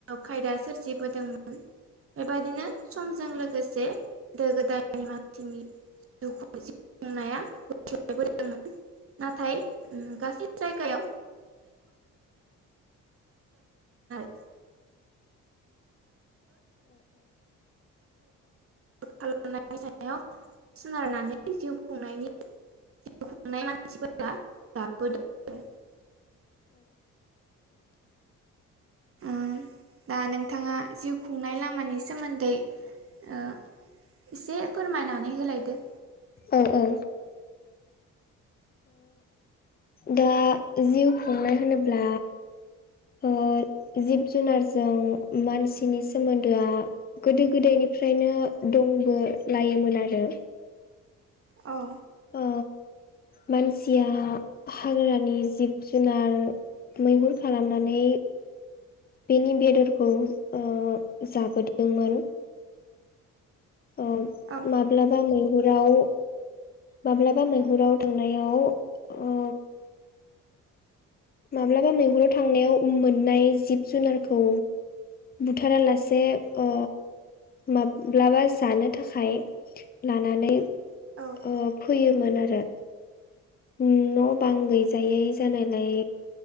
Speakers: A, on the right (about 45°); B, on the left (about 30°).
A: खा बेबायदिनो समजों लोगोसे गोदो गोदाय माथनि जिउ खुं जि खुंनाया ग नाथाय अम गासै जाय दा खालामनाय जानायाव सोनारनानै जिउ खुंनायनि दिखुं नाय मानसिफोरा दाबोदों ओम दा नोंथां जिउ खुंनाय लामानि सोमोन्दै औ ईसे फोरमायनानै होलायदो
B: औ औ दा जिउ खुंनाय होनोब्ला ओ जिब जुनारजों मानसिनि सोमोन्दोआ गोदो गोदायनि निफ्रायबो दंबो लायोमोन आरो
A: औ
B: ओ मानसिया हाग्रानि जिब जुनार मैहुर खालामनानै बेनि बेदरखौ ज जाबोदोंमोन अ
A: औ
B: माब्लाबा मै हबाव माब्लाबा मैहुराव थांनायाव औ माब्लाबा मैहुराव थांनायाव मोननाय जिब जुनारखौ बुथारालसे ओ माब्लाबा जानो थाखाय लानानै ओ
A: औ
B: फैयोमोन आरो न' बां गैजायै जानायलाय